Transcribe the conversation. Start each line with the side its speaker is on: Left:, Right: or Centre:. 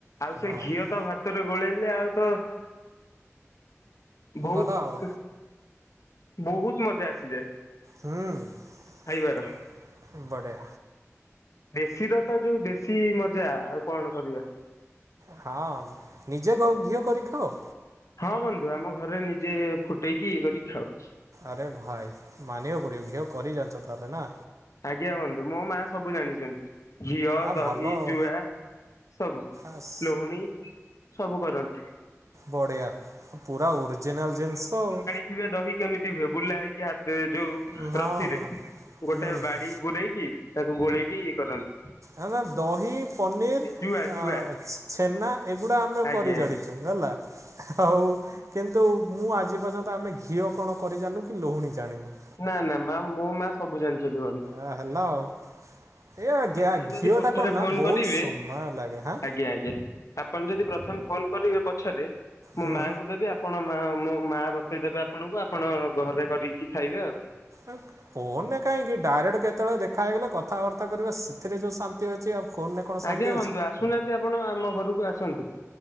Left: ଆଉ
Right: ହଁ
Left: ସେ ଘିଅ ତ ଭାତ ତରେ ଗୋଳେଇଲେ ଆଉ ତ ଭୋହୁତୁ
Right: ଗଲା ଆଉ
Left: ବୋହୁତୁ ମଜା ଆସିଯାଏ।
Right: ହୁଁ
Left: ଖାଇବାର
Right: ବଡିଆ।
Left: ଦେଶୀର ତ ଯୋଉ ଦେଶୀ ମଜା ଆଉ କଣ କରିବା
Right: ହଁ ନିଜେ ଗ ଘିଅ କରି ଖାଅ।
Left: ହଁ ବନ୍ଧୁ ଆମ ଘରେ ନିଜେ ଫୁଟେଇକି ଇଏ କରି ଖାଉ।
Right: ଆରେ ଭାଇ ମାନିଆକୁ ପଡିବ ଘିଅ କରି ଜାଣିଚ ତାହେଲେ ନା।
Left: ଆଜ୍ଞା ବନ୍ଧୁ ମୋ ମା ସବୁ ଜାଣିଚନ୍ତି ଘିଅ
Right: ଆ
Left: ଦହି
Right: ଭଲ ଆଉ
Left: ଜୁଆ ସବୁ
Right: ଆସ୍
Left: ଲହୁଣୀ ସବୁ କରନ୍ତି।
Right: ବଢିଆ ଓ ପୁରା ଓରିଜିନାଲ ଜିନିଷ ଆଉ।
Left: କିବେ ଦହି କେମିତି ହୁଏ ବୁଲା ହେଇ କି ହାତେ ଯୋଉ
Right: ଆଉ
Left: ରସିରେ
Right: ହଁ ହଁ
Left: ଗୋଟେ
Right: ହୁଁ
Left: ବାଡି ଗୁରେଇକି ତାକୁ ଗୋଳେଇକି ଇଏ କରନ୍ତି।
Right: ହେନା ଦହି ପନିର
Left: ସିଏ ଜୁଆ
Right: ଆ
Left: ଜୁଆ
Right: ଛେନା ଏଗୁଡ଼ା ଆମେ
Left: ଆଜ୍ଞା
Right: କରି ଜାଣିଚୁ।
Left: ଆଜ୍ଞା
Right: ହେଲା ଆଉ କିନ୍ତୁ ମୁଁ ଆଜି ପର୍ଯ୍ୟନ୍ତ ଆମେ ଘିଅ କଣ କରି ଜାଣିନୁ କି ଲୋହୁଣୀ ଜାଣିନୁ।
Left: ନା ନା ମା ମୋ ମା ସବୁ ଜାଣିଚନ୍ତି କରି।
Right: ଆ ହେଲା ଆଉ ଏଆ ଗ୍ୟା
Left: ଆପଣ
Right: ଘିଅଟା
Left: ଯଦି ପଛରେ
Right: କନ ନା
Left: ଫୋନ
Right: ବହୁତ
Left: କରିବେ
Right: ସମୟ ଲାଗେ ହାଁ
Left: ଆଜ୍ଞା ଆଜ୍ଞା ଆପଣ ଯଦି ପ୍ରଥମେ ଫୋନ କରିବେ ପଛରେ ମୋ
Right: ହୁଁ।
Left: ମାଙ୍କୁ ଦେବି ଆ ଆପଣ ମା ମୋ ମା ବତେଇଦେବେ ଆପଣଙ୍କୁ ଆପଣ ଘରେ କରିକି ଖାଇବେ ଆଉ।
Right: ଏଁ ଫୋନରେ କାହିଁକି ଡାଇରେକ୍ଟ କେତେବେଳେ ଦେଖା ହେଇଗଲେ କଥାବାର୍ତ୍ତା କରିବା ସେଥିରେ ଯଉଁ ଶାନ୍ତି ଅଛି ଆଉ ଫୋନରେ କଣ ଶାନ୍ତି
Left: ଆଜ୍ଞା ବନ୍ଧୁ
Right: ଅଛି?
Left: ଆସୁନାହାନ୍ତି ଆପଣ ଆମ ଘରକୁ ଆସନ୍ତୁ।